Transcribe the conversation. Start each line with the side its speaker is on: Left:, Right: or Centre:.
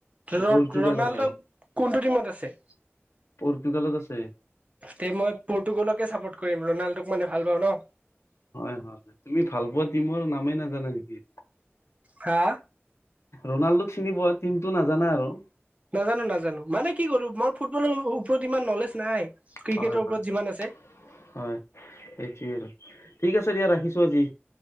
Right: ৰ-ৰনাল্ডো
Left: পৰ্তুগালো ভাল
Right: কোনটো টিমত আছে?
Left: পৰ্তুগালত আছে।
Right: তে মই পৰ্তুগালকে চাপৰ্ট কৰিম, ৰনাল্ডোক মানে ভাল পাওঁ ন।
Left: হয়। তুমি ভাল পোৱা টিমৰ নামেই নাজানা নেকি?
Right: হা
Left: ৰনাল্ডো চিনি পোৱা টিমটো নাজানা আৰু।
Right: নাজানোঁ নাজানোঁ মানে কি কৰো মই ফুটবলৰ ওপৰত ইমান নলেজ নাই। ক্ৰিকেটৰ
Left: হয়,
Right: ওপৰত
Left: হয়, হয়,
Right: যিমান আছে
Left: হয়। এইটোৱে আৰু। ঠিক আছে দিয়া, ৰাখিছোঁ আজি।